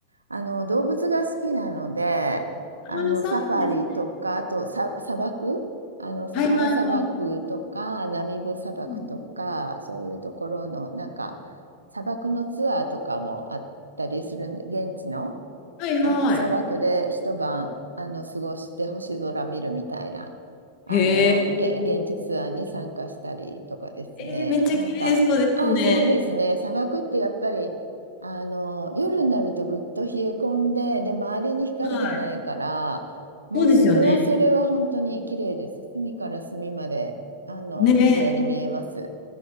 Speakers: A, on the right (about 80°); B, on the left (about 40°).
A: あの、動物が好きなので、
B: あー、
A: あの、
B: そうなんです。
A: サファリとか、あとさ砂漠、あの、サハラ砂漠とか、
B: はいはいはい。
A: ナミブ砂漠とか、
B: うん。
A: そういうところの、なんか、砂漠のツアーとかもあったりするんで、現地の。
B: はいはい。
A: さ、砂漠で一晩あの過ごして星空見るみたいなあの現、
B: へえ。
A: 現地ツアーに参加したりとかですね。
B: えーめっちゃ綺麗そうですね。
A: なんか、ああ、そうですね。砂漠ってやっぱりあの夜になるとぐっと冷え込んで、で、周りに光がないから、
B: はい。
A: もうそれはそれは本当に綺麗です。
B: そうですよね。
A: 隅から隅まであの綺麗に見えます。
B: ねえ。